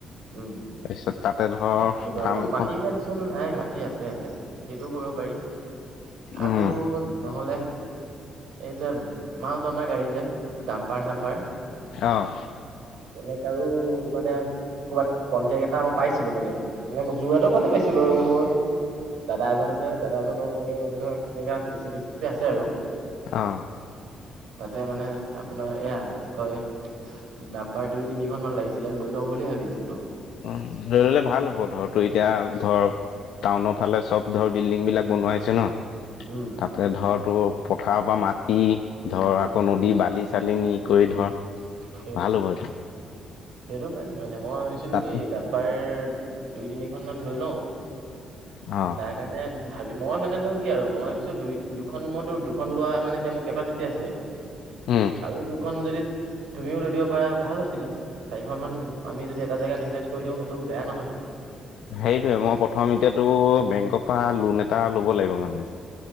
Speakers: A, on the right; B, on the left.
A: উঁম
B: তাৰপিছত তাতে ধৰ
A: মাটি বাৰু
B: ফাৰ্মখন
A: মাটিৰ টেনচন নাই মাটি আছে। সেইটো কৰিব পাৰি,
B: উম
A: আকৌ নহলে এই যে মাল টনা গাড়ী যে ডাম্পাৰ চাম্পাৰ
B: অ'
A: তেনেকে আৰু মানে ক'বাত কণ্টেক এটা মই পাইছিলো মানে মই যোৰহাটৰ ফালে পাইছিলো আৰু মোৰ দাদা এজন আছে দাদা এজনৰে মানে ধৰ এনেকা জে চিপি চে চিপি আছে আৰু।
B: অঁ।
A: তাতে মানে আপোনাৰ এয়া কি কয় ডাম্পাৰ দুই তিনিখন মান লাগিছিলে লৈ লওঁ বুলিয়ে ভাবি আছিলোঁ।
B: অঁ লৈ ললে ভাল হ'ব ধৰ তোৰ এতিয়া ওচৰৰ টাউনৰ ফালে চব ধৰ বিল্ডিং বিলাক বনোৱাইছে ন।
A: উম
B: তাতে ধৰ তোৰ পথাৰৰ পৰা মাটি ধৰ আকৌ নদী বালি চালি নি কৰি ধৰ
A: সেইটো
B: ভাল হ'ব এইটো
A: সেইটো কাৰণেই মানে মই ভাবিছিলোঁ
B: তাতে
A: কি দাম্পাৰ দুই তিনিখনমান লৈ লওঁ।
B: অ'
A: তাৰ কাৰণে ভাবি, মই মানে নৰক কি আৰু মই ভাবছো দুই দুখন মতো দুখন লোৱা মানে এতিয়া মোৰ কেপাচিটি আছে।
B: উম
A: আৰু দুখন যদি, তুমিও লৈ দিব পাৰা ভাল হৈছিলে, চাৰিখনমান আমি যদি এটা জেগাত ইনভেষ্ট কৰি দিওঁ সেইটোও বেয়া নহয় ন।
B: সেইটোয়ে মই প্ৰথম এতিয়াতো বেংকৰ পৰা লোন এটা ল'ব লাগিব মানে,।